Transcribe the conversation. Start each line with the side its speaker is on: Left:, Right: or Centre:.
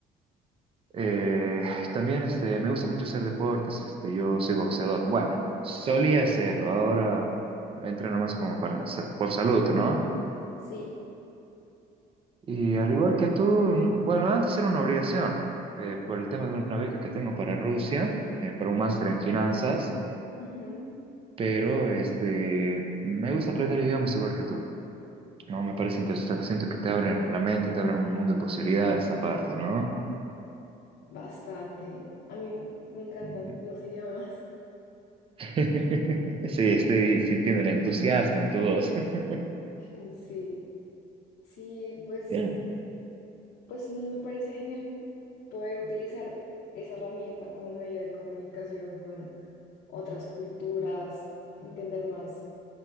Right: Eh, también este, me gusta mucho hacer deportes, este, yo soy boxeador. Bueno, solía
Left: Ah,
Right: hacerlo, ahora entreno más como para, sa- por salud, ¿no?
Left: sí,
Right: Y al igual que tú, mm, bueno, antes era una obligación, eh, por el tema de una beca que tengo para Rusia, eh, para un máster en finanzas.
Left: ujú,
Right: Pero este, me gusta aprender idiomas igual que tú. No, me parece interesante. Siento que te abren la mente, y te abren un mundo de posibilidades aparte, ¿no?
Left: Bastante. A mí me encantan
Right: Ujú.
Left: los idiomas.
Right: <laughs> Sí, estoy sintiendo el entusiasmo en tu voz. <laughs>
Left: <laughs> Sí, sí, pues,
Right: Yeah.
Left: pues me parece genial poder utilizar esa herramienta como medio de comunicación con otras culturas, entender más